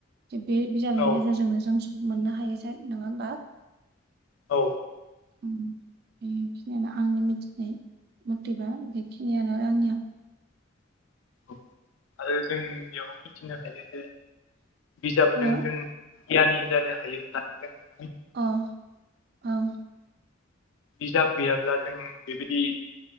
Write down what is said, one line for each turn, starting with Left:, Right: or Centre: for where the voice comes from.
Right: बे बिजाबनि
Left: औ
Right: गेजेरजोंनो जों सम मोननो हायो जे नङा होमबा?
Left: औ
Right: उम बेखिनियानो आंनि मिथिनाय मतिबा बेखिनियानो आंनिया।
Left: औ आरो जों बेयाव मिथिनो हायो जे बिजाबजों
Right: हो
Left: जों गियानि जानो हायो होननानैनो
Right: औ औ
Left: बिजाब गैयाब्ला जों बेबायदि